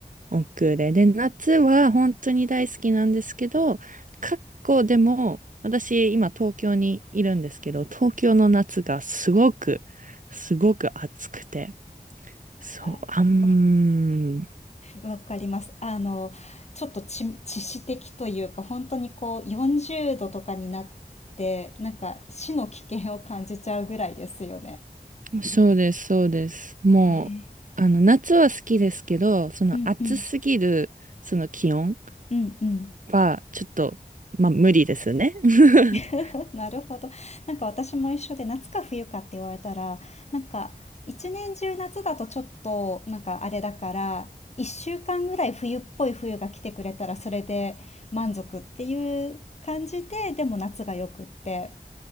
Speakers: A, on the right; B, on the left.
A: 億劫で。で、夏は本当に大好きなんですけど、過去でも、私今東京にいるんですけど、東京の夏がすごく、すごく暑くて、そう、
B: あわ、
A: あん、
B: わかります。あの、ちょっと知、知識的というか、本当にこう、40度とかになって、なんか死の危険を感じちゃうぐらいですよね。
A: そうです、そうです。もう、
B: ね。
A: あの、夏は好きですけど、その暑すぎる、
B: うんうん。
A: その気温
B: うんうん。
A: は、ちょっと、まあ、無理ですね。<laughs>
B: <laughs> なるほど。なんか私も一緒で夏か冬かって言われたら、なんか一年中夏だとちょっとなんかあれだから、一週間ぐらい冬っぽい冬が来てくれたらそれで満足っていう感じで、でも夏がよくって。